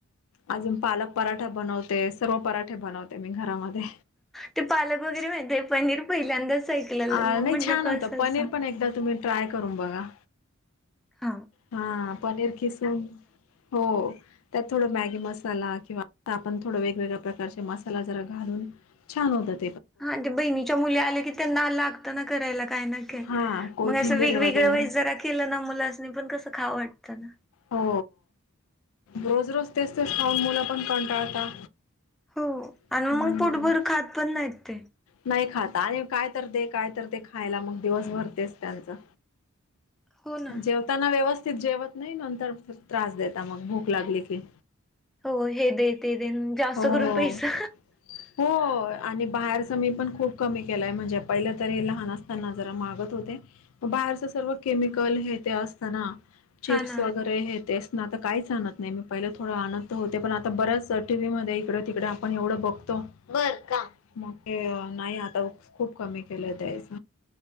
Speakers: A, on the left (about 75°); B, in the centre.
A: अजून पालक पराठा बनवते सर्व पराठे बनवते मी घरामध्ये.
B: ते पालक वगैरे माहितीय पनीर पहिल्यांदाच. ऐकलेलं
A: अ
B: मग
A: नाही
B: म्हटलं
A: छान
B: कसं
A: होतं, पनीर
B: असतं?
A: पण एकदा तुम्ही ट्राय करून बघा.
B: हा.
A: हा पनीर खिसून हो त्यात थोड मॅगी मसाला. किंवा आता आपण थोडा वेगवेगळ्या प्रकारचे मसाला जरा घालून छान होतात.
B: हा ते बहिणीच्या मुली आल्या की त्यांना. लागत करायला काय
A: हा कोथिंबीर
B: मग असं वेगवेगळ
A: वगैरे
B: वाईज जरा केलं ना मुलासनी पण कसं खाऊ वाटतं. ना.
A: हो रोज रोज तेच तेच खाऊन मुलं पण कंटाळता.
B: हो
A: हम्म
B: आणि मग पोटभर खात पण नाहीत ते.
A: नाही खाता आणि काय तर दे काय तर दे खायला मग दिवस भर तेच त्यांचं.
B: हो ना
A: जेवताना व्यव जेवत नाही नंतर त्रास देता मग भूक लागली की.
B: हो हे दे ते देन जास्त
A: हो
B: करून पैसा.
A: हो आणि बाहेर ज मी पण खूप कमी केलाय म्हणजे पहिले तरी लहान असताना जरा मागत होते मग बाहेरच सर्व की मिकल हे ते असतंना चिप्स
B: हा ना
A: वगैरेत हे अस. आता काहीच आणत नाही मी पहिल थोंड आणत होते, पण आता बऱ्याच टीव्ही मध्ये इकडे तिकडे आपण एवढं बघतो. बरं का मग नाही आता खूप कमी केलंय द्यायच.